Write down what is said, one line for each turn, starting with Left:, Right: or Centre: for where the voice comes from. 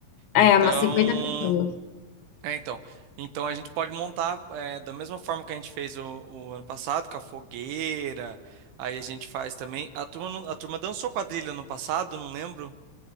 Left: É,
Right: Então,
Left: umas 50 pessoas.
Right: é, então, então a gente pode montar é, da mesma forma que a gente fez o, o ano passado, com a fogueira. Aí a gente faz também. A turma, não- a turma dançou quadrilha no passado, não lembro.